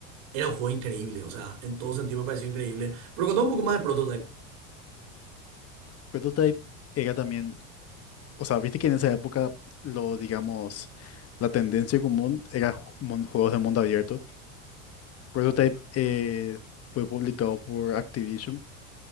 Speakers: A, on the right (about 65°); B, on the left (about 40°).
A: era un juego increíble, o sea, en todo sentido me pareció increíble. Pero contame un poco más de Prototype.
B: Prototype era también, o sea, viste que en esa época lo, digamos, la tendencia común era ju- mon- juegos de mundo abierto. Prototype eh, fue publicado por Activision